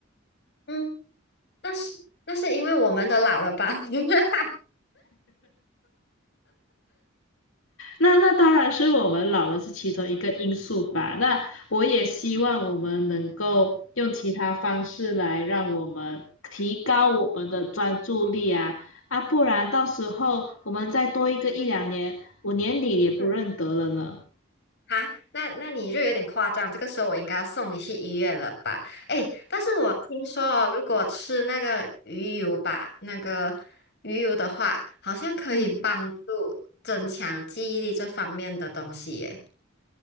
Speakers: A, on the left; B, on the left.
A: 嗯，那是那是因为我们都老了吧？<laughs>
B: 那那当然是我们老了是其中一个因素吧。那我也希望我们能够用其他方式来让我们提高我们的专注力啊啊，不然到时候我们再多一个一两年，我连你也不认得了呢。
A: 嗯。啊，那那你就有点夸张，这个时候我应该要送你去医院了吧？哎，但是我听说哦，如果吃那个鱼油吧，那个鱼油的话，好像可以帮助增强记忆力这方面的东西耶。
B: 嗯，